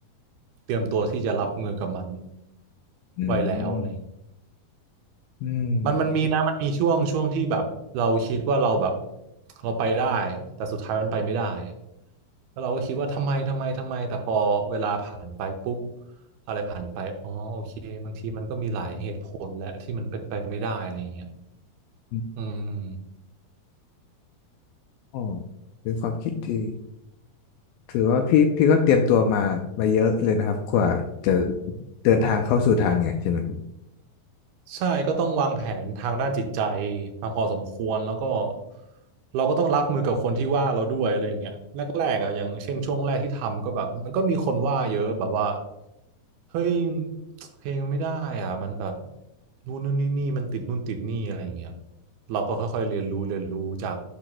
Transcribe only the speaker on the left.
อืม
อืม
อืม
โอ้เป็นความคิดที่ถือว่าพี่พี่ก็เตรียมตัวมามาเยอะเลยนะครับกว่าจะเดินทางเข้าสู่ทางเนี่ยใช่ไหม